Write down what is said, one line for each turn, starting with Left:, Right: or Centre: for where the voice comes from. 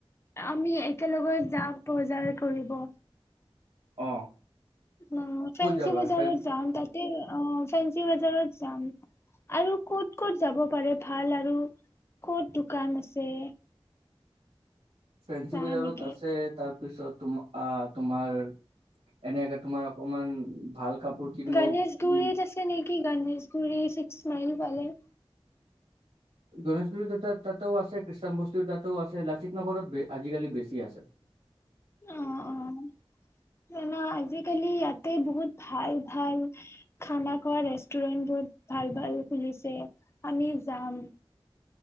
Left: আমি এক একেলগত যাম বজাৰ কৰিব।
Right: অ',
Left: অ ফেঞ্চি
Right: ক'ত যাবা
Left: বজাৰত
Right: ফেন
Left: যাম, তাতে ফেঞ্চি বজাৰত আৰু ক'ত ক'ত যাব পাৰে ভাল আৰু ক'ত দোকান আছে
Right: ফেঞ্চি
Left: চা
Right: বজাৰত
Left: নেকি
Right: আছে তাৰ পিছত তোমা তোমাৰ এনেকে তোমাৰ অকমান ভাল কাপোৰ কিনিব
Left: গণেশ গুৰিত
Right: উম,
Left: আছে নে কি গণেশগুৰি ছিক্স মাইল পালে।
Right: গণেশগুৰিত তাতো আছে খ্ৰীষ্টানবস্তি তাটোও আছে লাচিত নগৰত আজিকালি বেছি আছে।
Left: অ', অ', জানা আজিকালি ইয়াতে বহুত ভাল ভাল খানা খোৱা ৰেষ্টুৰেণ্ট বহুত ভাল ভাল খুলিছে আমি যাম।